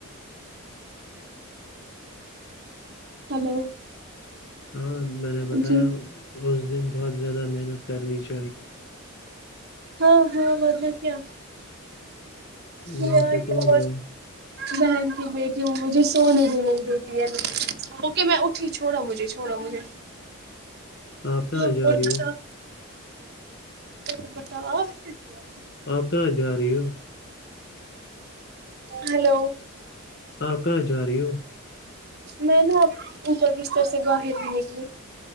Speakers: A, on the right (about 45°); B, on the left (about 50°).
A: ہلو
B: ہاں میں نے بتایا
A: جی
B: اس دن بہت زیادہ محنت کرنی چاہی
A: ہاں ہاں م کیا اور
B: وہاں پہ کون ہے
A: بہن بیٹی ہ مجھے سونے بھی نہیں دیتی ہے اوکے میں اٹھی چھوڑا مجھے چھوڑا مجھے
B: آپ کہاں
A: ہاں
B: جا
A: بتا
B: رہی ہو
A: تھا پ بتا وا کیا
B: آپ کہاں جا رہی ہو
A: ہلو
B: آپ کہاں جا رہی ہو
A: میں نا اب اوپر بستر سے باہر بھی نکلی